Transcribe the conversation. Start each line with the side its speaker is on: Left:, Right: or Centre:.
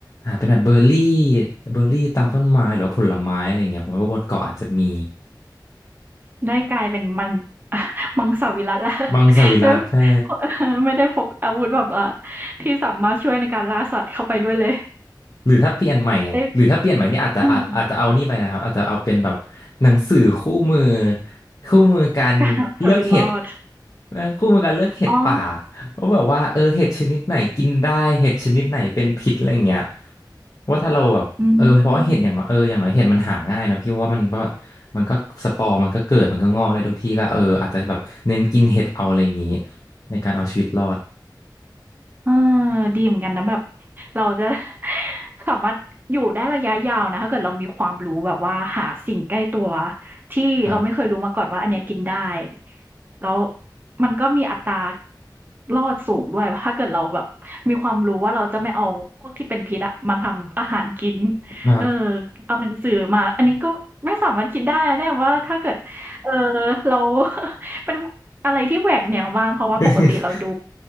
Left: หาเป็นแบบเบอร์รี่เบอร์รี่ตามต้นไม้หรือว่าผลไม้อะไรอย่างเงี้ยผมว่าบนเกาะอาจจะมี
Right: ได้กลายเป็นมัง <laughs> มังสวิรัติแล้ว <laughs>
Left: มังสวิรัติใช่
Right: ด้วย <laughs> เออไม่ได้พกอาวุธแบบอ่ะที่สามารถช่วยในการล่าสัตว์เข้าไปด้วยเลย
Left: หรือถ้าเปลี่ยนใหม่หรือถ้าเปลี่ยนใหม่นี่อาจจะอาอาจจะเอานี่ไปนะครับอาจจะเอาเป็นแบบหนังสือคู่มือ
Right: ได้อืม
Left: คู่มือการเลือกเห็ด
Right: <laughs> เอาชีวิตรอด
Left: เอ่อคู่มือการเลือกเห็ดป่า
Right: อ๋อ
Left: ว่าแบบว่าเออเห็ดชนิดไหนกินได้เห็ดชนิดไหนเป็นพิษอะไรอย่างเงี้ยว่าถ้าเราแบบเออเพราะว่าเห็ดอย่างน้อยเอออย่างน้อยเห็ดมันหาง่ายเนอะพี่ว่ามันก็
Right: อืม
Left: มันก็สปอร์มันก็เกิดมันก็งอกได้ทุกที่ก็เอออาจจะแบบเน้นกินเห็ดเอาอะไรอย่างงี้ในการเอาชีวิตรอด
Right: เออดีเหมือนกันนะแบบเราจะ <laughs> สามารถอยู่ได้ระยะยาวนะถ้าเกิดเรามีความรู้แบบว่าหาสิ่งใกล้ตัวที่เราไม่เคยรู้มาก่อนว่าอันเนี้ยกินได้
Left: ครับ
Right: แล้วมันก็มีอัตรารอดสูงด้วยถ้าเกิดเราแบบมีความรู้ว่าเราจะไม่เอาพวกที่เป็นพิษอะมาทำอาหารกิน
Left: ครับ
Right: เออเอาหนังสือมาอันนี้ก็ไม่สามารถกินได้นะเนี่ยว่าถ้าเกิดเออเรา <laughs> เป็นอะไรที่แหวกแนวมากเพราะว่าปกติเราดู
Left: <laughs>